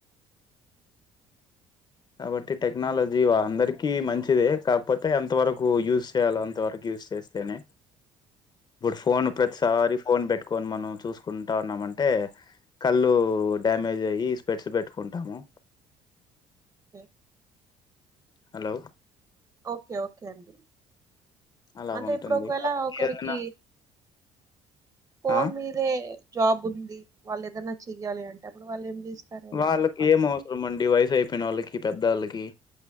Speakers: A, on the left (about 35°); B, on the right (about 25°).
A: కాబట్టి టెక్నాలజీ అందరికీ మంచిదే కాకపోతే ఎంతవరకు యూస్ చేయాలలో అంతవరకు యూజ్ చేస్తేనే ఇప్పుడు ఫోన్ ప్రతిసారి
B: ఓకే.
A: ఫోన్ పెట్ కొని మనం చూసుకుంటా ఉన్నామంటే కళ్ళు డ్యామేజ్ అయ్యి స్పెడ్స్ పెట్టుకుంటాము
B: కే
A: హలో
B: ఓకే ఓకే అండి
A: అలాగుంటుంది
B: అంటే ఇప్పుడు ఒకవేళ
A: కాబట్టి
B: ఒకరికీ
A: ఏదైనా
B: ఫోన్
A: ఆ
B: మీదే జాబ్ ఉంది వాళ్ళు ఏదన్న చెయ్యాలి అంటే అప్పుడు వాళ్ళు ఏం చేస్ జేస్తారు? ఎలాగా?
A: వాళ్ళకి ఏం అవసరం అండి వయసు అయిపోయినోళ్ళకి పెద్దోళ్ళకి